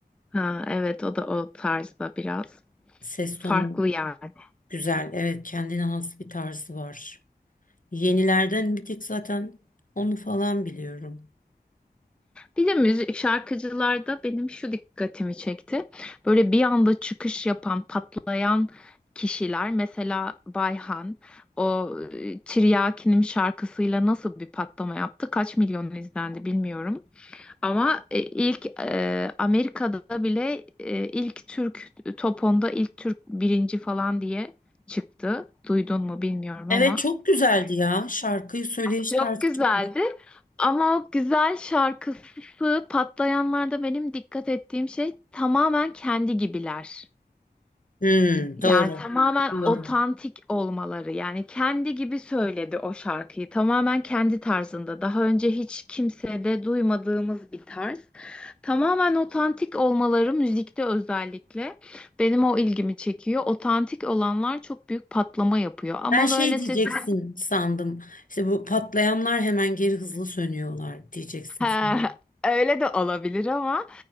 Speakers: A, in the centre; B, on the left.
A: Ha, evet o da o tarzda biraz
B: Ses
A: farklı
B: tonu
A: yani.
B: güzel, evet kendine has bir tarzı var. Yenilerden bir tek zaten onu falan biliyorum.
A: Bir de müzik şarkıcılarda benim şu dikkatimi çekti. Böyle bir anda çıkış yapan, patlayan kişiler mesela Bayhan o e, Tiryakinim şarkısıyla nasıl bir patlama yaptı? Kaç milyon izlendi bilmiyorum. Ama e, ilk e, Amerika'da bile e, ilk Türk top 10'da ilk Türk birinci falan diye çıktı. Duydun mu bilmiyorum
B: Evet
A: ama.
B: çok güzeldi ya. Şarkıyı söyleyiş
A: Çok
B: tarzı
A: güzeldi.
B: çok
A: Ama o güzel şarkısı patlayanlarda benim dikkat ettiğim şey tamamen kendi gibiler.
B: Hmm,
A: Yani
B: doğru.
A: tamamen
B: Doğru.
A: otantik olmaları. Yani kendi gibi söyledi o şarkıyı. Tamamen kendi tarzında. Daha önce hiç kimsede duymadığımız bir tarz. Tamamen otantik olmaları müzikte özellikle benim o ilgimi çekiyor. Otantik olanlar çok büyük patlama yapıyor. Ama
B: Ben şey
A: böyle
B: diyeceksin
A: sesini
B: sandım. İşte bu patlayanlar hemen geri hızlı sönüyorlar diyeceksin
A: Ha, <laughs>
B: sandım.
A: öyle de olabilir ama